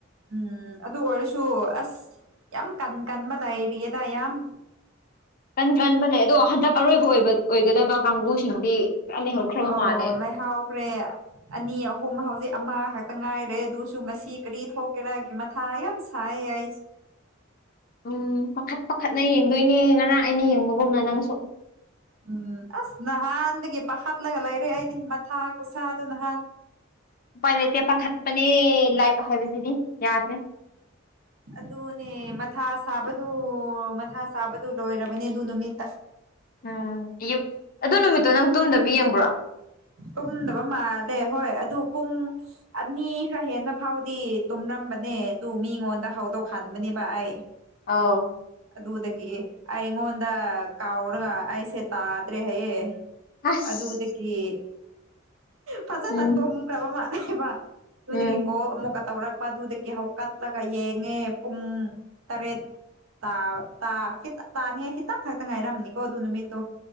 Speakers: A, on the right; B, on the left.
A: ꯎꯝ ꯑꯗꯨ ꯑꯣꯏꯔꯁꯨ ꯑꯁ ꯌꯥꯝ ꯌꯥꯝ ꯀꯟ ꯀꯟꯕꯂꯩꯔꯤꯌꯦꯗ ꯌꯥꯝ
B: ꯀꯟ ꯀꯟꯕ ꯂꯩ ꯑꯗꯣ ꯍꯟꯗꯛ ꯑꯔꯣꯏꯕ ꯑꯣꯏꯕ ꯑꯣꯏꯒꯗꯕ ꯀꯥꯡꯕꯨꯁꯤꯡꯗꯤ ꯈꯔ ꯂꯩꯍꯧꯈ꯭ꯔꯕ
A: ꯑꯣ
B: ꯃꯥꯜꯂꯦ
A: ꯂꯩꯥꯍꯧꯈ꯭ꯔꯦ ꯑꯅꯤ ꯑꯍꯨꯝ ꯍꯧꯖꯤꯛ ꯑꯃ ꯈꯛꯇ ꯉꯥꯏꯔꯦ ꯑꯗꯨꯁꯨ ꯉꯁꯤ ꯀꯔꯤ ꯊꯣꯛꯀꯦꯔꯥꯒꯤ ꯃꯊꯥ ꯌꯥꯝ ꯁꯥꯏꯌꯦ ꯑꯩꯁꯨ
B: ꯎꯝ ꯄꯥꯈꯠ ꯄꯥꯈꯠꯅ ꯌꯦꯡꯗꯣꯏꯅꯦ ꯉꯔꯥꯡ ꯑꯩꯅ ꯌꯦꯡꯕꯒꯨꯝꯅ ꯅꯪꯁꯨ
A: ꯎꯝ ꯑꯁ ꯅꯍꯥꯟꯗꯒꯤ ꯄꯈꯠꯂꯒ ꯂꯩꯔꯦ ꯑꯩꯗꯤ ꯃꯊꯥ ꯀꯨꯁꯥꯗꯣ ꯅꯍꯥꯟ
B: ꯎꯄꯥꯏ ꯂꯩꯇꯦ ꯄꯥꯈꯠꯄꯅꯦ ꯂꯥꯏꯕ ꯍꯥꯏꯕꯁꯤꯗꯤ ꯌꯥꯗ꯭ꯔꯦ
A: ꯑꯗꯨꯅꯦ ꯃꯊꯥ ꯁꯥꯕꯗꯨ ꯃꯊꯥ ꯁꯥꯕꯗꯨ ꯂꯣꯏꯔꯕꯅꯦ ꯑꯗꯨ ꯅꯨꯃꯤꯠꯇ
B: ꯎꯝ ꯑꯌꯨꯛ ꯑꯗꯨ ꯅꯨꯃꯤꯠꯇꯣ ꯅꯪ ꯇꯨꯝꯗꯕꯤ ꯌꯦꯡꯕ꯭ꯔꯣ
A: ꯇꯨꯝꯗꯕ ꯃꯥꯜꯂꯦ ꯍꯣꯏ ꯑꯗꯨ ꯄꯨꯡ ꯑꯅꯤ ꯈꯔ ꯍꯦꯟꯅ ꯐꯥꯎꯗꯤ ꯇꯨꯝꯂꯃ ꯕꯅꯦ ꯑꯗꯨ ꯃꯤꯉꯣꯟꯗ ꯍꯧꯗꯣꯛꯍꯟꯕꯅꯦꯕ ꯑꯩ
B: ꯑꯥꯎ
A: ꯑꯗꯨꯗꯒꯤ ꯑꯩꯉꯣꯟꯗ ꯀꯥꯎꯔꯒ ꯑꯩꯁꯦ ꯇꯥꯗ꯭ꯔꯦ ꯍꯥꯏꯌꯦ
B: ꯑꯁ
A: ꯑꯗꯨꯗꯒꯤ ꯐꯖꯅ
B: ꯎꯝ
A: ꯇꯨꯝꯈ꯭ꯔꯕ ꯃꯥꯜꯂꯦꯕ ꯑꯗꯨꯗꯒꯤ
B: ꯎꯝ
A: ꯀꯣꯜ ꯑꯃꯨꯛꯀ ꯇꯩꯔꯛ ꯄ ꯑꯗꯨꯗꯒꯤ ꯍꯧꯀꯠꯂꯒ ꯌꯦꯡꯉꯦ ꯄꯨꯡ ꯇꯔꯦꯠ ꯇꯥꯕ ꯇꯥ ꯈꯤꯇꯪ ꯇꯥꯅꯤꯉꯥꯏ ꯈꯤꯇꯪꯈꯇꯪ ꯉꯥꯏꯔꯝꯅꯤꯀꯣ ꯑꯗꯨ ꯅꯨꯃꯤꯠꯇꯣ